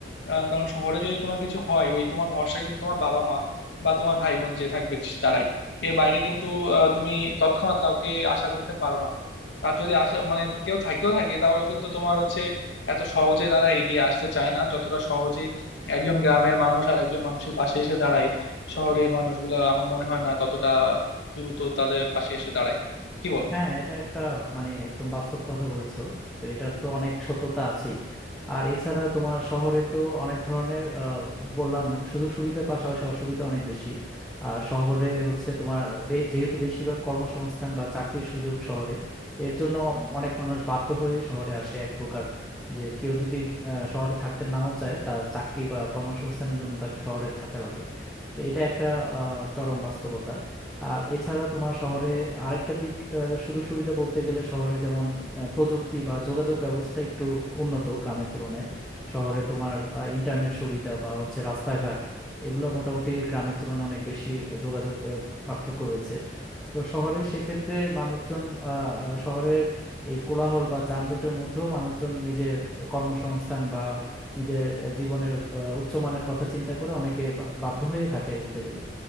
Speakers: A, on the left (about 75°); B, in the centre.
A: আহ, কারণ শহরে যদি তোমার কিছু হয় ওই তোমার ভরসা কিন্তু তোমার বাবা মা বা তোমার ভাই বোন যে থাকবে তারাই এর বাইরে কিন্তু আহ, তুমি তৎক্ষণাৎ কাউকে আশা করতে পারো না তার যদি আশা মানে কেউ থাকেও থাকে তাও কিন্তু তোমার হচ্ছে এত সহজে তারা এগিয়ে আসতে চায় না যতটা সহজে একজন গ্রামের মানুষ আর একজন মানুষের পাশে এসে দাঁড়ায় শহরের মানুষগুলা আমার মনে হয় না ততটা দ্রুত তাদের পাশে এসে দাঁড়ায় কি বলো
B: হ্যাঁ এটা একটা মানে একদম বাস্তব কথা বলেছো তো এটা তো অনেক সত্যতা আছেই আর এছাড়া তোমার শহরে তো অনেক ধরনের আহ, বললাম সুযোগ সুবিধার পাশাপাশি অসুবিধা অনেক বেশি আর শহরে হচ্ছে তোমার আহ, বে- যেহেতু বেশিরভাগ কর্মসংস্থান বা চাকরির সুযোগ শহরে এর জন্য অনেক মানুষ বাধ্য হয়ে শহরে আসে এক প্রকার যে কেউ যদি আহ, শহরে থাকতে নাও চায় তার চাকরি বা কর্মসংস্থানের জন্য তাকে শহরে থাকা লাগে তো এটা একটা আহ, চরম বাস্তবতা আর এছাড়া তোমার শহরে আরেকটা দিক আহ, সুযোগ সুবিধা বলতে গেলে শহরে যেমন আহ, প্রযুক্তি বা যোগাযোগ ব্যবস্থা একটু উন্নত গ্রামের তুলনায় শহরে তোমার ইন্টারনেট সুবিধা বা হচ্ছে রাস্তাঘাট এগুলো মোটামুটি গ্রামের তুলনায় অনেক বেশি যোগাযোগ আহ, পার্থক্য রয়েছে তো শহরে সেক্ষেত্রে মানুষজন আহ, আহ, শহরের এই কোলাহল বা যানজটের মধ্যেও মানুষজন নিজের কর্মসংস্থান বা নিজের আহ, জীবনের আহ, উচ্চমানের কথা চিন্তা করে অনেকে বা- বাধ্য হয়ে থাকে বলতে গেলে